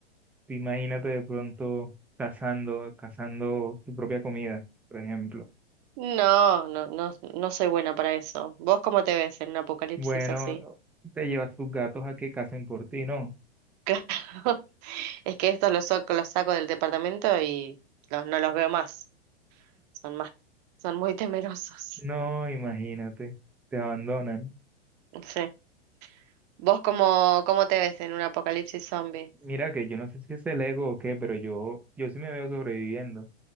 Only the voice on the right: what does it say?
No, no, no, no soy buena para eso. ¿Vos cómo te ves en un apocalipsis
así? <laughs>
Claro, es que estos los, saco- los saco del departamento y los, no los veo más. Son más, son muy temerosos.
<laughs> Sí. ¿Vos cómo, cómo te ves en un apocalipsis zombie?